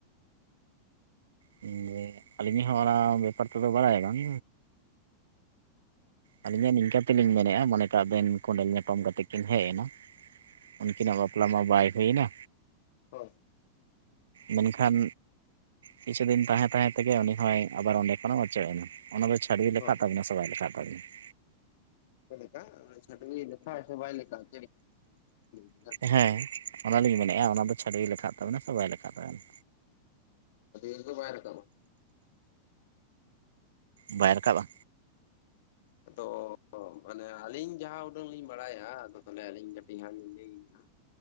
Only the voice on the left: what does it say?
<inaudible>
ᱦᱳᱭ
ᱪᱮᱫ ᱞᱮᱠᱟ ᱪᱷᱟᱰᱣᱤ ᱞᱮᱠᱷᱟᱜ ᱟᱭ ᱥᱮ ᱵᱟᱭ ᱞᱮᱠᱷᱟᱜ <inaudible>
ᱪᱷᱟᱰᱣᱤ ᱨᱮ ᱫᱚ ᱵᱟᱭ ᱨᱟᱠᱟᱵ-ᱟ᱾
ᱟᱫᱚᱻ ᱢᱟᱱᱮ ᱟᱹᱞᱤᱧ ᱡᱟᱦᱟᱸ ᱩᱰᱟᱹᱝ ᱞᱤᱧ ᱵᱟᱲᱟᱭᱟ ᱛᱟᱦᱚᱞᱮ ᱟᱹᱞᱤᱧ ᱠᱟᱹᱴᱤᱡ ᱦᱟᱸᱜ ᱞᱤᱧ ᱞᱟᱹᱭᱼᱟ,